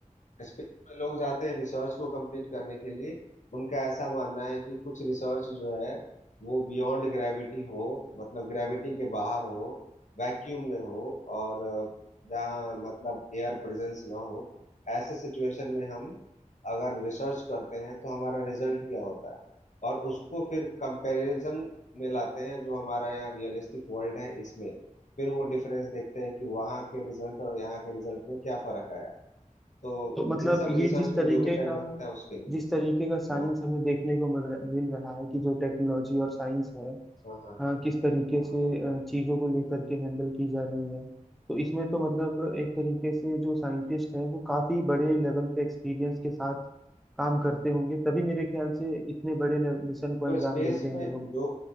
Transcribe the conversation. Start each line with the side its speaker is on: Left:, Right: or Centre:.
Left: स्पेस में लोग जाते हैं रिसर्च को कंप्लीट करने के लिए उनका ऐसा मानना है कि कुछ रिसर्च जो है वो बियॉन्ड ग्रेविटी हो मतलब ग्रेविटी के बाहर हो वैक्यूम में हो और अ, जहाँ मतलब एयर प्रेजेंस ना हो ऐसे सिचुएशन में हम अगर रिसर्च करते हैं तो हमारा रिजल्ट क्या होता है और उसको फिर कंपैरिजन में लाते हैं जो हमारा यहाँ रियलिस्टिक वर्ल्ड है इसमें फिर वो डिफरेंस देखते हैं कि वहाँ के रिजल्ट और यहाँ के रिजल्ट में क्या फर्क आया तो
Centre: तो मतलब
Left: इन सब
Centre: ये
Left: रिसर्च
Centre: जिस
Left: में
Centre: तरीके
Left: जो भी टाइम
Centre: का
Left: लगता है उसके लिए
Centre: जिस तरीके का साइंस
Left: हाँ
Centre: हमें देखने को मिल रहा मिल रहा है कि जो टेक्नोलॉजी और साइंस है
Left: हाँ
Centre: अ,
Left: हाँ
Centre: किस तरीके
Left: हाँ
Centre: से अ, चीजों को लेकर के हैंडल की जा रही है तो इसमें तो मतलब एक तरीके से जो साइंटिस्ट है वो काफी बड़े लेवल पे एक्सपीरियंस के साथ काम करते होंगे तभी मेरे ख्याल से इतने बड़े मिशन को
Left: जो
Centre: अंजाम
Left: स्पेस
Centre: देते हैं
Left: में
Centre: वो लोग
Left: जो